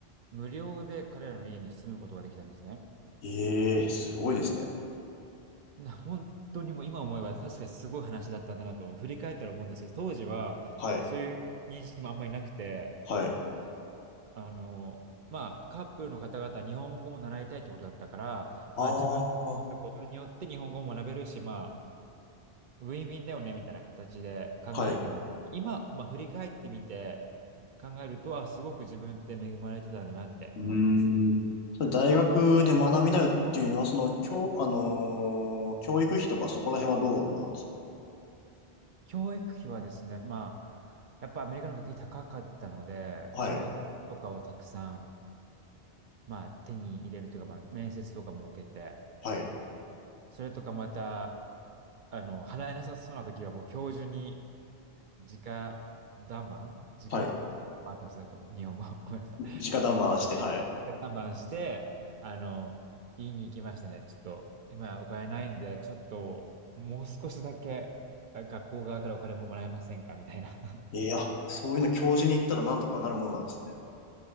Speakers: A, on the right (about 60°); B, on the left (about 85°).
A: 無料で彼らの家に住むことができたんですね。
B: ええー、すごいですね。
A: な、<laughs> 本当にもう今思えば確かにすごい話だったんだなと振り返ったら思うんですけど、当時はそういう認識もあんまりなくて、
B: はい。はい。
A: あの、まあカップルの方々は日本語も習いたいってことだったから、
B: ああ、
A: まあ自分たちのすることによって日本語も学べるし、まあウィンウィンだよねみたいな形で考えたんです。
B: はい。
A: 今、まあ振り返ってみて考えると、あ、すごく自分って恵まれてたんだなって思います。
B: うーん。それ大学で学びなよっていうのは、その、教、あのー教育費とかそこら辺はどうなんですか
A: 教育費はですね、まあ、やっぱアメリカの学費高かったので、
B: はい、
A: 奨学金とかをたくさん、まあ、手に入れるというか、まあ、面接とかも受けて、
B: はい、
A: それとかまた、あの、払えなさそうな時はもう教授に直談判直、
B: はい。
A: あ合ってますか日本語。<laughs> ごめんなさい。
B: 直談判して、はい。
A: 談判して、あの、言いに行きましたね。ちょっと、今お金ないんで、ちょっと、もう少しだけあ学校側からお金ももらえませんかみたいな。
B: いや、そういうの教授に言ったらなんとかなるもんなんですね。